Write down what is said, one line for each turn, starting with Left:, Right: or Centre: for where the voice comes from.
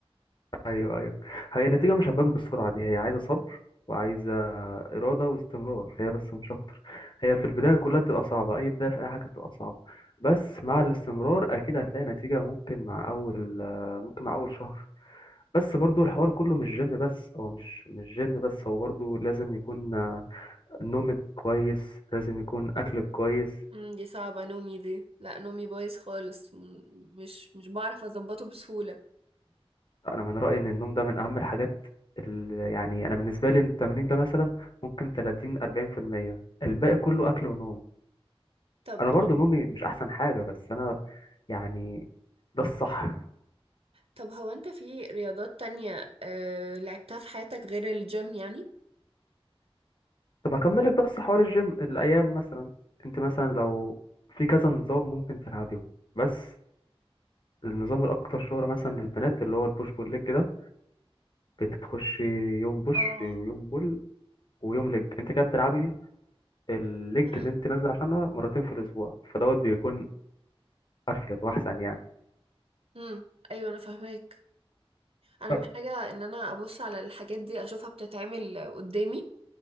Left: ايوه ايوه هي النتيجه مش هتبان بالسرعه دي هي عايزه صبر وعايزه اراده واستمرار هي بس مش اكتر هي في البدايه كلها بتبقى صعبه اي بدايه في اي حاجه بتبقى صعبه بس مع الاستمرار اكيد هتلاقي نتيجه ممكن مع اول ممكن مع اول شهر بس برضو الحوار كله مش جيم بس هو مش مش جيم بس هو برضو لازم يكون آه، نومك كويس لازم يكون اكلك كويس
Right: أمم، دي صعبه نومي دي لا نومي بايظ خالص م- مش مش بعرف اظبطه بسهوله
Left: انا من رايي ان النوم ده من اهم الحاجات اللي يعني انا بالنسبه لي إن التمرين ده مثلا ممكن 30 40% الباقي كله اكل ونوم
Right: طب
Left: انا برضو نومي مش احسن حاجه بس انا يعني ده الصح
Right: طب هو انت في رياضات تانية آه، لعبتها في حياتك غير الجيم يعني؟
Left: طب هكمل لك بس حوار الجيم الايام مثلا انت مثلا لو في كذا نظام ممكن تلعبيه بس النظام الاكتر شهرة مثلا للبنات اللي هو البوش بول ليج ده بتخش يوم بوش
Right: اه
Left: ويوم بول ويوم ليج انت كده بتلعبي الليج
Right: مم.
Left: اللي انت نازله عشانها مرتين في الاسبوع فدوت بيكون افيد واحسن يعني
Right: مم. ايوه انا فاهماك انا
Left: ب-
Right: محتاجة ان انا ابص على الحاجات دي اشوفها بتتعمل قدامي